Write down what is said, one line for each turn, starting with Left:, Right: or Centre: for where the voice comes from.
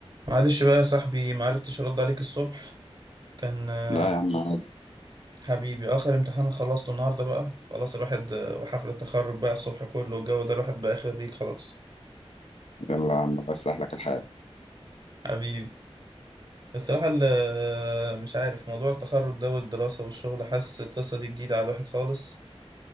Right: معلش بقى يا صاحبي معرفتش ارد عليك الصبح كان آه،
Left: لا يا عم عادي
Right: حبيبي آه، اخر امتحان خلصته النهارده بقى خلاص الواحد آه، وحفله التخرج بقى الصبح كله والجو ده الواحد بقى خريج خلاص
Left: يلا يا عم الله يصلح لك الحال
Right: حبيبي الصراحه ال- آه، مش عارف موضوع التخرج ده والدراسه والشغل حاسس القصه دي جديده على الواحد خالص